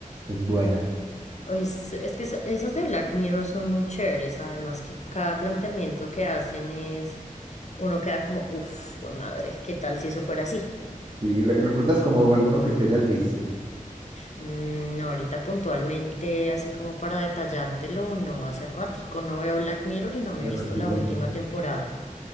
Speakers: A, on the right; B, on the left.
A: es buena.
B: es, es que esa- esas de Black Mirror son muy chéveres, además que cada planteamiento que hacen es, uno queda como, uff, madre, ¿qué tal si eso fuera así?
A: Sí, re- ¿recuerdas como alguno que te hayas visto?
B: Mm, no, ahorita puntualmente, así como para detallártelo, no, hace ratico no veo Black Mirror y no me
A: De
B: he visto
A: Rocky
B: la
A: Balboa.
B: última temporada.